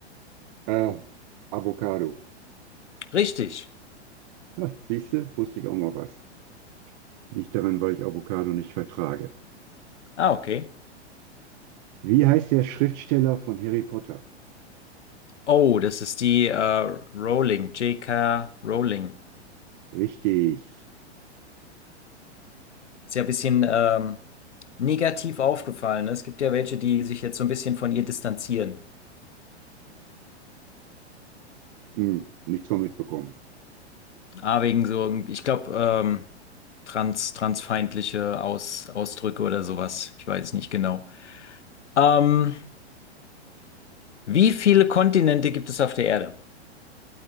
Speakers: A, on the right; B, on the left.
A: Äh, Avocado.
B: Richtig.
A: Ah, siehste, wusste ich auch mal was. Liegt daran, weil ich Avocado nicht vertrage.
B: Ah, okay.
A: Wie heißt der Schriftsteller von Harry Potter?
B: Oh, das ist die äh, Rowling, J.K. Rowling.
A: Richtig.
B: Ist ja ein bisschen ähm, negativ aufgefallen. Ne? Es gibt ja welche, die sich jetzt so ein bisschen von ihr distanzieren.
A: Hm, nichts von mitbekommen.
B: Ah, wegen so, ich glaube, ähm, trans, transfeindliche Aus, Ausdrücke oder sowas. Ich weiß es nicht genau. Ähm, wie viele Kontinente gibt es auf der Erde?